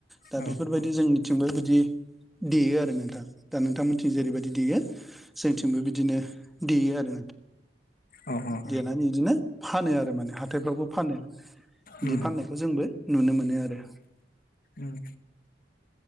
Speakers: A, in the centre; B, on the left.
A: दा
B: औ
A: बेफोरबायदि
B: औ
A: जोंनिथिंबो बिदि देयो आरो नोंथां दा नोंथांमोनथिं जेरैबायदि देयो जोंथिंबो बिदिनो देयो आरो
B: औ औ
A: देनानै बिदिनो फानो आरो माने हाथायफ्रावबो फानो बिदि
B: उम
A: फाननायखौ जोंबो नुनो मोनो आरो।
B: उम